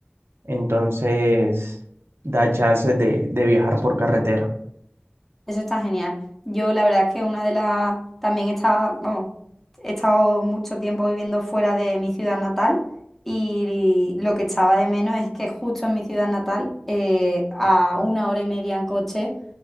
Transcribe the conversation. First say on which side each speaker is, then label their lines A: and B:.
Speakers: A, on the right (about 85°); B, in the centre.
A: entonces da chances de, de viajar por carretera.
B: Eso está genial. Yo la verdad es que una de las... También está vamos, he estado mucho tiempo viviendo fuera de mi ciudad natal y lo que echaba de menos es que justo en mi ciudad natal, eh, a una hora y media en coche,